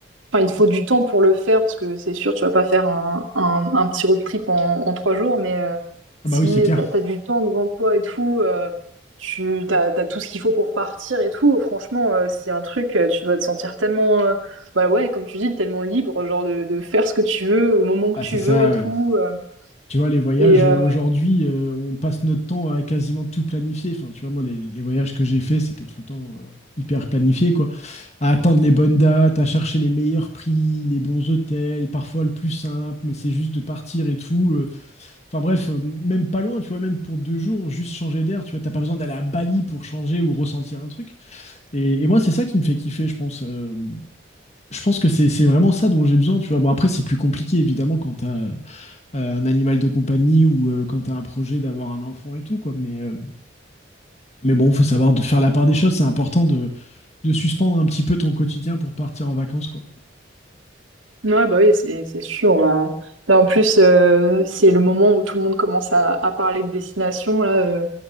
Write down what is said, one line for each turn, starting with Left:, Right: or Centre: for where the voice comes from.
Right: Enfin, il te faut du temps pour le faire parce que c'est sûr, tu vas pas faire un, un, un petit road trip en, en trois jours. Mais euh,
Left: Ah
Right: si
Left: bah oui, c'est clair.
Right: t'as, t'as du temps devant toi et tout, euh, tu t'as, t'as tout ce qu'il faut pour partir et tout. Franchement, euh, c'est un truc. euh, Tu dois te sentir tellement, euh, bah ouais, comme tu dis, tellement libre, genre de, de faire ce que tu veux au moment que
Left: Ah,
Right: tu
Left: c'est ça,
Right: veux et tout.
Left: ouais.
Right: euh,
Left: Tu vois, les voyages
Right: Et euh,
Left: euh, aujourd'hui, euh, on passe notre temps à quasiment tout planifier. Enfin, tu vois, moi, les, les voyages que j'ai faits, c'était tout le temps euh, hyper planifié, quoi. À attendre les bonnes dates, à chercher les meilleurs prix, les bons hôtels, parfois le plus simple, mais c'est juste de partir et tout. euh, Enfin bref, euh, même pas loin, tu vois, même pour deux jours, juste changer d'air, tu vois, t'as pas besoin d'aller à Bali pour changer ou ressentir un truc. Et, et moi, c'est ça qui me fait kiffer, je pense. euh, je pense que c'est c'est vraiment ça dont j'ai besoin, tu vois. Bon, après, c'est plus compliqué, évidemment, quand t'as euh, un animal de compagnie ou euh, quand t'as un projet d'avoir un enfant et tout, quoi. Mais, euh, mais bon, faut savoir de faire la part des choses, c'est important de, de suspendre un petit peu ton quotidien pour partir en vacances, quoi.
Right: ouais, bah oui, c'est c'est sûr. Là, Là, en plus, euh, c'est le moment où tout le monde commence à, à parler de destination. Là, euh,